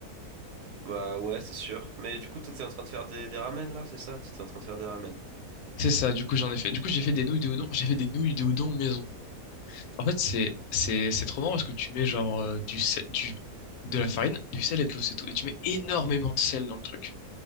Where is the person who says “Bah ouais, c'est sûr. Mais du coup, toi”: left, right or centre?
Right